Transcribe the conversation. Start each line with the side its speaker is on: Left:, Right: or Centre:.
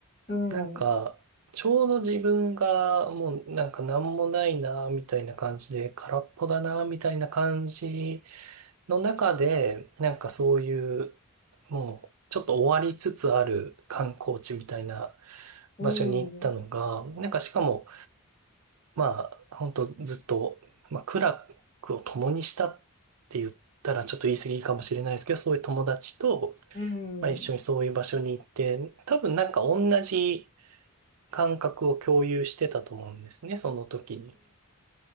Left: うん、
Right: なんか、ちょうど自分がもうなんか何もないな、みたいな感じで、空っぽだな、みたいな感じの中で、なんかそういう、もう、ちょっと終わりつつある観光地みたいな
Left: うん、
Right: 場所に行ったのが、
Left: うん、
Right: なんかしかも、まあ、本当ずっと、まあ、苦楽を共にしたって言ったらちょっと言い過ぎかもしれないですけど、そういう友達と、
Left: うん、
Right: まあ、一緒にそういう場所に行って、多分なんか同じ感覚を共有してたと思うんですね、その時に。